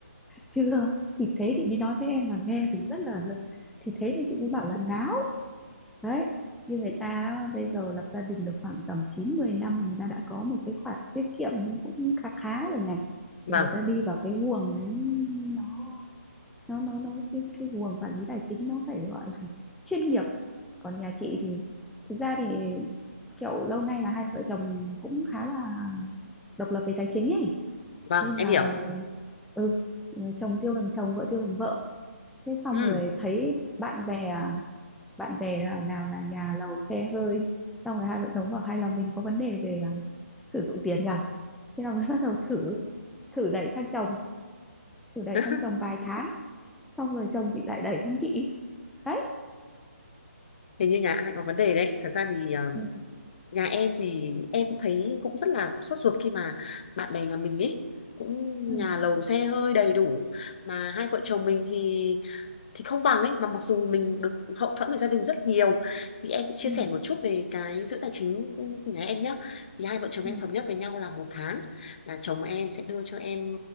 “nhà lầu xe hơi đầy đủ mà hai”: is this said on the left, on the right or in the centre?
Left